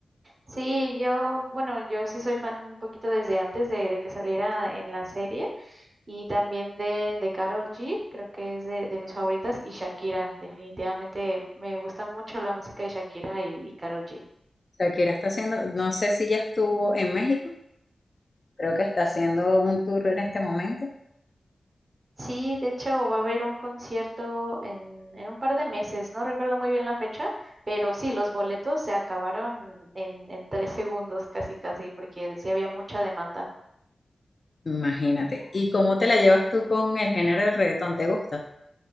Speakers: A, on the right; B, on the left.
A: Sí, yo, bueno, yo sí soy fan un poquito desde antes de, de que saliera en la serie. Y también de, de Karol G, creo que es de, de mis favoritas. Y Shakira, definitivamente me gusta mucho la música de Shakira y, y Karol G.
B: Shakira está haciendo, no sé si ya estuvo en México, creo que está haciendo un tour en este momento
A: Sí, de hecho va a haber un concierto en, en un par de meses, no recuerdo muy bien la fecha, pero sí, los boletos se acabaron en, en tres segundos casi casi, porque sí había mucha demanda.
B: Imagínate. ¿Y cómo te la llevas tú con el género del reggaetón? ¿Te gusta?